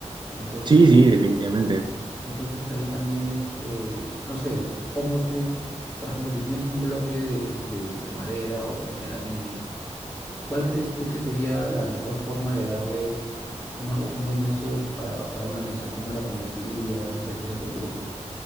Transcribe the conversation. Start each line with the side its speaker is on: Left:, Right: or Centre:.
Left: Entonces,
Right: Sí, sí, definitivamente.
Left: entonces ahí también, este, no sé, como tú, por ejemplo, si tienes un bloque de, de- de madera o de melamine, ¿cuál crees tú que sería la mejor forma de darle una- un buen uso para, para una mesa? ¿Cómo la convertirías? No sé, ¿qué se te ocurre?